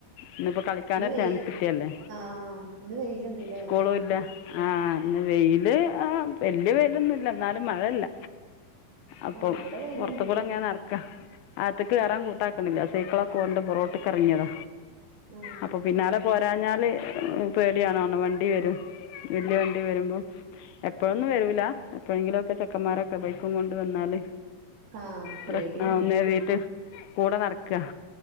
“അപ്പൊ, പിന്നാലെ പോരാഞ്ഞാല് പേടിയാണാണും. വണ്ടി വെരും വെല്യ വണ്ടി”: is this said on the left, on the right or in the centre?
Left